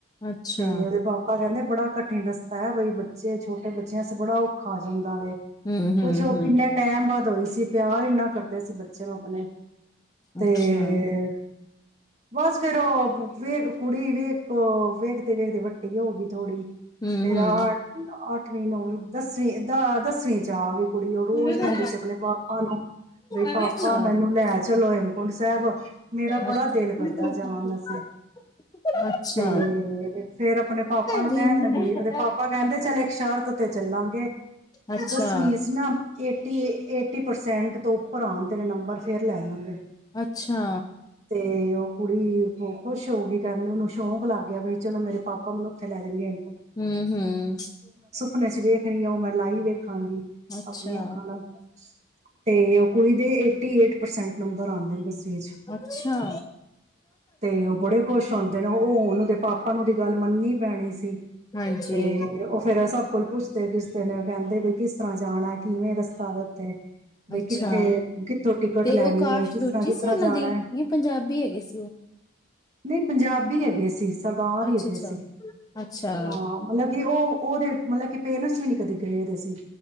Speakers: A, on the left; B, on the right.
A: ਅੱਛਾ
B: ਤੇ ਉਹਦੇ ਪਾਪਾ ਕਹਿੰਦੇ ਬੜਾ ਕਠਿਨ ਰਸਤਾ ਹੈ ਬਈ ਬੱਚੇ ਛੋਟੇ ਬੱਚਿਆਂ ਤੇ ਬੜਾ ਔਖਾ ਆ ਜਾਂਦਾ ਵ
A: ਹਮ ਹਮ
B: ਕੁੱਛ ਉਹ
A: ਹਮ
B: ਕਿੰਨੇ ਟਾਈਮ ਵਧ ਈ ਸੀ ਪਿਆਰ ਇੰਨਾ ਕਰਦੇ ਸੀ ਬੱਚੇ ਨੂੰ ਆਪਣੇ ਤੇ
A: ਅੱਛਾ
B: ਬਸ ਫੇਿਰ ਵੇਖ ਕੁੜੀ ਵੇਖ ਵੇਖਦੇ ਵੇਖਦੇ ਵੱਟੀ ਹੋ ਗਈ ਥੋੜ੍ਹੀ
A: ਹਮ
B: ਫੇਰ
A: ਹਮ
B: ਅੱਠਵੀਂ ਨੌਵੀਂ ਦਸਵੀਂ ਦਾ ਦਸਵੀਂ ਚ ਆ ਵੀ ਕੁੜੀ ਉਹ ਰੋਜ਼
A: ਅੱਛਾ
B: ਕਹਿੰਦੀ ਸੀ ਆਪਣੇ ਪਾਪਾ ਨੂੰ ਬਈ
A: ਅੱਛਾ
B: ਪਾਪਾ ਮੈਨੂੰ ਲੈ ਚਲੋ ਕਡ ਸਾਹਿਬ ਮੇਰਾ ਬੜਾ
A: ਅੱਛਾ
B: ਦਿਲ ਕਰਦਾ ਜਾਾਨ ਅਸੇ
A: ਅੱਛਾ।
B: ਤੇ ਫੇਰ ਆਪਣੇ ਪਾਪਾ ਨੂੰ
A: ਤਿੰਨ
B: ਕਹਿਣ ਲੱਗੀ ਉਹਦੇ ਪਾਪਾ ਕਹਿੰਦੇ ਚਲੇ ਇੱਕਕ ਸ਼ਰਤ ਤੇ ਚੱਲਾਂਗੇ
A: ਅੱਛਾ,
B: ਤੂੰ ਦਸਵੀ ਚ ਨਾ ਏਟੀ ਏਟੀ ਪਰਸੈਂਟ ਤੋਂ ਉੱਪਰ ਆਉਣ ਤੇਰੇ ਨੰਬਰ ਫੇਰ ਲੈ ਦਵਾਂਗੇ
A: ਅੱਛਾ
B: ਅਤੇ ਉਹ ਕੁੜੀ ਖੁਸ਼ ਹੋ ਗਈ ਕਹਿੰਦੇ ਉਹਨੂੰ ਸ਼ੌਂਕ ਲੱਗ ਗਿਆ ਵੀ ਚਲੋ ਮੇਰੇ ਪਾਪਾ ਮਨ ਉੱਥੇ ਲੈ ਦੇਣਗੇ
A: ਹਮ ਹਮ
B: ਹੁਣੇ ਚ ਵੇਖਣੀ ਆ ਉਹ ਮੈਂ ਲਾਈ ਵੇਖ ਅੱਖਾਂਗੀ
A: ਅੱਛਾ।
B: ਆਪਣੀਆਂ ਅੱਖਾਂ ਨਾਲ ਤੇ ਉਹ ਕੁੜੀ ਦੇ ਏਟੀ ਏਟ ਪਰਸੈਂਟ ਨੰਬਰ ਆਉਂਦੇ ਨੇ ਦਸਵੀਂ
A: ਅੱਛਾ,
B: ਤੇ ਉਹ ਬੜੇ ਖੁਸ਼ ਹੁੰਦੇ ਨੇ, ਉਹ ਉਹਨੂੰ ਦੇ ਪਾਪਾ ਨੂੰ ਦੀ, ਗੱਲ ਮੰਨਣੀ ਪੈਣੀ ਸੀ।
A: ਹਾਂਜੀ।
B: ਤੇ ਉਹ ਫੇਰ ਸਭ ਕੋਲ ਪੁੱਛਦੇ ਕਿਛਦੇ ਨੇ, ਉਹ ਕਹਿੰਦੇ ਬਈ ਕਿਸ ਤਰ੍ਹਾਂ ਜਾਣਾ। ਕਿਵੇਂ ਰਸਤਾ ਵੇ ਉੱਥੇ, ਬਈ
A: ਅੱਛਾ,
B: ਕਿੱਥੇ- ਕਿੱਥੋਂ ਟਿਕਟ
A: ਤੇ
B: ਲੈਣੀ
A: ਉਹ ਕਾਸ਼ਟ
B: ਹੈ।
A: ਦੂਜੀ
B: ਕਿਸ
A: ਸੀ
B: ਤਰ੍ਹਾਂ
A: ਉਹਨਾਂ
B: ਜਾਣਾ
A: ਦੀ, ਜਾਂ
B: ਹੈ।
A: ਪੰਜਾਬੀ ਹੈਗੇ ਸੀ ਉਹ।
B: ਨਹੀਂ, ਪੰਜਾਬੀ ਹੈਗੇ ਸੀ। ਸਰਦਾਰ ਹੀ
A: ਅੱਛਾ-ਅੱਛਾ,
B: ਹੈਗੇ ਸੀ,
A: ਅੱਛਾ,
B: ਹਾਂ ਮਤਲਬ ਕਿ ਉਹ ਉਹਦੇ ਮਤਲਬ ਕਿ, ਪੇਰੈਂਟਸ ਵੀ ਨੀ ਕਦੇ ਗਏਦੇ ਸੀ।